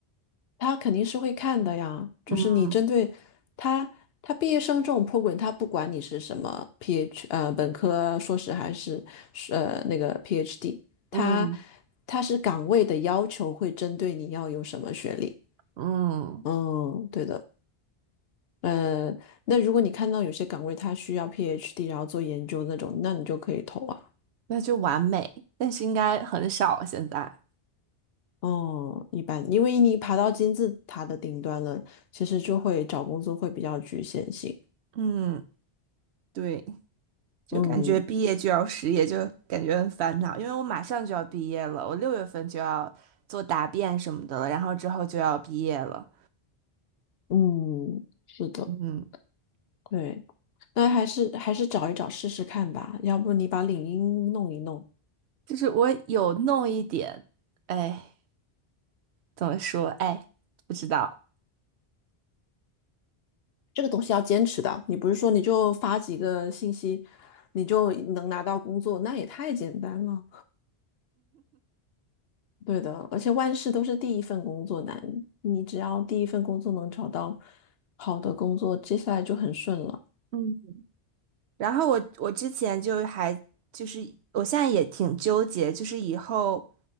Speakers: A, on the left; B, on the right.
A: 他肯定是会看的呀，就是你针对他，
B: 嗯
A: 他毕业生这种 program，他不管你是什么 PH 呃本科、硕士还是呃那个 PhD，他
B: 嗯
A: 他是岗位的要求会针对你要有什么学历。
B: 嗯，
A: 嗯，对的。呃，那如果你看到有些岗位他需要 PhD，然后做研究那种，那你就可以投啊。
B: 那就完美，但是应该很少现在。
A: 哦，一般，因为你爬到金字塔的顶端了，其实就会找工作会比较局限性。
B: 嗯，对，就感觉毕业就要失业，
A: 嗯。
B: 就感觉很烦恼，因为我马上就要毕业了，我六月份就要做答辩什么的了，然后之后就要毕业了。
A: 嗯，是的，
B: 嗯，
A: 对，那还是还是找一找试试看吧，要不你把领英弄一弄，
B: 就是我有弄一点，哎，怎么说？哎，不知道。
A: 这个东西要坚持的，你不是说你就发几个信息，你就能拿到工作，那也太简单了。对的，而且万事都是第一份工作难，你只要第一份工作能找到好的工作，接下来就很顺了。
B: 嗯，然后我我之前就还就是我现在也挺纠结，就是以后